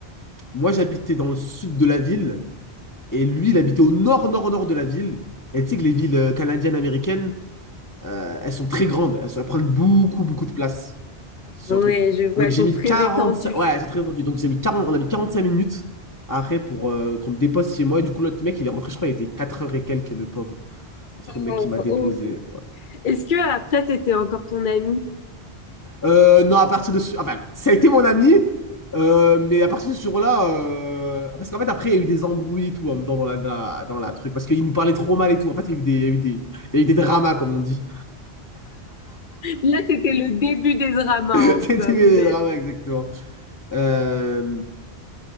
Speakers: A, on the left; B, on the left.
A: moi j'habitais dans le sud de la ville. Et lui, il habitait au nord-nord-nord de la ville. Et tu sais que les villes euh, canadiennes, américaines, euh, elles sont très grandes. Elles, sont- elles prennent beaucoup, beaucoup de place. C'est
B: Ouais,
A: un truc.
B: je vois,
A: Donc
B: elles
A: j'ai
B: sont
A: mis
B: très
A: 45...
B: étendues.
A: Ouais, elles sont très entendues. Donc j'ai mis quarante, on a mis 45 minutes après pour euh, qu'on me dépose chez moi. Et du coup, l'autre mec, il est rentré, je crois, il était 4 heures et quelques, le pauvre. L'autre mec
B: Oh,
A: qui m'a déposé.
B: oh. Est-ce que après, c'était encore ton ami?
A: Euh, non, à partir de ce... Enfin, ça a été mon ami, euh, mais à partir de ce jour-là... euh, Parce qu'en fait, après, il y a eu des embrouilles et tout en même temps dans la, dans la, dans la truc. Parce qu'il nous parlait trop mal et tout. En fait, il y a eu des, il y a eu des, il y a eu des dramas, comme on dit.
B: Là, c'était le début des dramas,
A: <laughs> C'était
B: un peu,
A: des
B: à mon avis.
A: dramas, exactement. Euh,